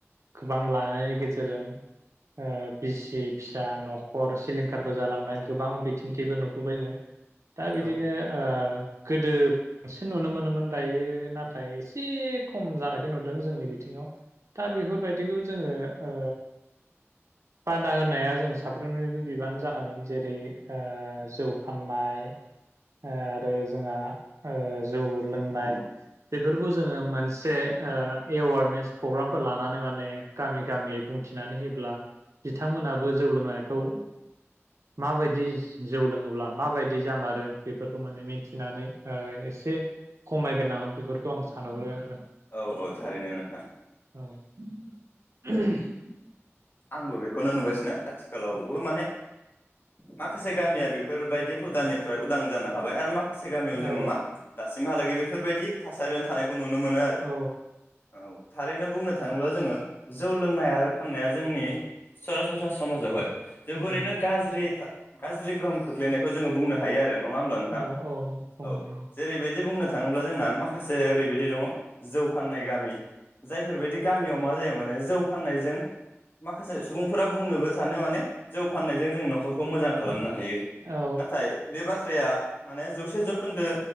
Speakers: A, on the right; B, on the left.
A: गोबां लानायनि गेजेरजों ओ बिसि फिसा न'खर सिलिंखारबो जालांनाय गोबां बिदिन्थिबो नु बायनो दा बिदिनो
B: औ
A: ओ गोदो बांसिन नुनो मोनोमोन दायो नाथाय एसे खम जानायखौ नुदों जोंनि बिथिङाव दा बेफोरबायदिखौ जोङो ओ बादा होनाया जों साफ्रोमनिबो बिबान जानांगोन जेरै आ जौ फाननाय आरो जोंहा ओ जौ लोंनाय बेफोरखौ जोङो मोनसे एवारनेस प्रग्रामफोर लानानै माने गामि गामि बुंथिनानै होयोब्ला बिथांमोनाबो जौ लोंनायखौ माबायदि जौ लोंङो होनोब्ला माबायदि जामारो बेफोरखौ माने मिथिनानै ओ एसे खमायगोन नामा बेफोरखौ आं सानहरो आरो
B: औ औ थारैनो नोंथां औ
A: औ <inaudible>
B: आंबो बेखौनो नुगासिनो आथिखालावबो माने माखासे गामिया बेफोरबायदि हुदानिफ्राय उदां जानो हाबाय आरो म माखासे गामियाव जोङो
A: औ
B: मा दासिमहालागै बे बेफोरबायदि थासारियावनो थानायखौ खौ नुनो मोनो आरो
A: औ
B: औ थारैनो बुंनो थाङोब्ला जोङो जौ लोंनाय आरो फाननाया जोंनि सरासनस्रा समाजावहाय जबोरैनो
A: औ
B: गाज्रि था गाज्रि गोहोम खोख्लैनायखौ जोङो बुंनो हायो आरो नङा होमब्ला नोंथां
A: औ औ बुंनो
B: औ
A: हायो
B: जेरैबायदि बुंनो नो थाङोब्ला जोंना माखासे ओरैबायदि दङ जौ फाननाय गामि जायफोरबायदि गामियाव मा जायो माने जौ फाननायजों माखासे सुबुंफोरा बुंनोबो सानो माने जौ फाननायजों जों न'खरखौ मोजां खालामनो हायो
A: औ
B: नाथाय बे बाथ्राया माने जौसे जौखोन्दो